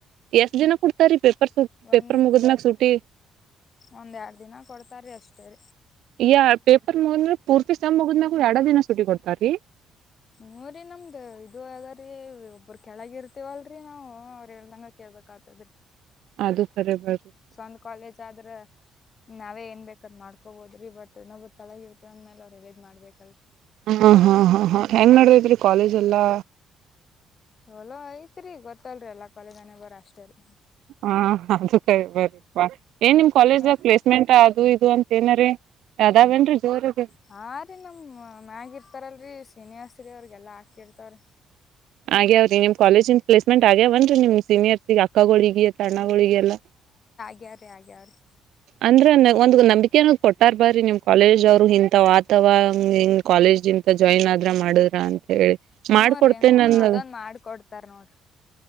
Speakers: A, on the right (about 70°); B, on the left (about 30°).
A: ಎಷ್ಟ ದಿನಕ್ ಕೊಡ್ತಾರ ಪೇಪರ್ ಪೇಪರ್ಸ್ ಪೇಪರ್
B: ಒಂದ್
A: ಮುಗುದ್ಮೇಲೆ ಸುಟಿ
B: ಒಂದ್ ಎರಡ್ ದಿನ ಕೊಡ್ತಾರೀ ಅಷ್ಟೇ ರೀ
A: ಯಾರ ಪೇಪರ್ ಮುಗದ್ ಮೆಲ್ ಪೂರ್ತಿ ಸೆಮ್ ಮುಗುದ ಎರಡ ದಿನ ಸುಟಿ ಕೊಡ್ತಾರ್ರೀ
B: ಹುರಿ ನಮ್ದು ಇದು ಅದ ರೀ ಒಬ್ಬ್ರ ಕೆೇಳಗ ಇರ್ತೀವಲ್ರರಿ ನಾವು ಅವ್ರರು ಹೇಳದಂಗ ಕೇಳ ಕಾತದರಿ
A: ಅದು ಕರೆ ಬಿಡ್ರಿ
B: ಸ್ವಂತ ಕಾಲೇಜ್ ಆದರ ನಾವೇ ಏನ್ ಬೇಕಾದ್ ಮಾಡ್ಕೊಬೋದ್ರಿ ಬಟ್ ಇನ್ನೊಬ್ಬ ತಲೆಗಿರ್ತವಂದರ ಮೇಲೆ ಅವರ ಹೇಳಿದ ಮಾಡ್ಬೇಕಲ್ರರಿ
A: ಹಾ ಹಾ ಹಾ ಹಾ ಹೆಂಗ್ ನಡದೈತ್ರಿ ಕಾಲೇಜ್ ಎಲ್ಲಾ
B: ಚೊಲೋ ಐತ್ರಿ ಗೊತ್ತಲ್ರಿ ಎಲ್ಲ ಕಾಲೇಜ್ ಹಣೆಬರ ಅಷ್ಟ ರೀ
A: ಹಾ ಅದು ಕರೆ ಬರಿಪ್ಪಾ ಏನ್ ನಿಮ್ ಕಾಲೇಜಾಗ
B: ಮತ್
A: ಪ್ಲೇಸ್ಮೆಂಟ್ ಅದು ಇದು ಅಂತ ಏನಾರೀ ಅದಾವೇನ್ರಿ ಜೋರಗೆ
B: ಹ ರೀ ನಮ ಮ್ಯಾಗ ಇರ್ತಾರಲ್ರಿ ಸೀನಿಯರ್ಸ್ ಅವ್ರಿಗೆಲ್ಲ ಹಾಕಿರ್ತವ್ರೀ
A: ಆಗ್ಯಾವ್ರೀ ನಿಮ್ ಕಾಲೇಜನ್ ಪ್ಲೇಸ್ಮೆಂಟ್ ಆಗ್ಯಾವನ್ರಿ ನಿಮ್ ಸೀನಿಯರ್ಸ್ ಅಕ್ಕಗಳಿಗೆ ಸಣ್ಣಗಳೊಳಿಗೆಲ್ಲ
B: ಆಗ್ಯಾವರಿ ಆಗ್ಯಾವರೀ
A: ಅಂದ್ರ ಒಂದ್ ನಂಬಿಕೆನ ಕೊಟ್ಟಾರ ಬರ್ರೀ ನಿಮ್ ಕಾಲೇಜ್ ಅವರು ಇಂತವ ಆತವ ಹಂಗ ಹಿಂಗ ಕಾಲೇಜು ಎಂತ ಜಾಯಿನ್ ಆದ್ರ ಮಾಡ ಅಂತ ಹೇಳಿ
B: ಹ್ಞೂ
A: ಮಾಡ್ಕೊಡ್ತೇನೆ
B: ರೀ ಹ್ಞೂ
A: ನನ್ನ
B: ಅದೊಂದು ಮಾಡ್ಕೊಡ್ತಾರ ನೋಡ್ರಿ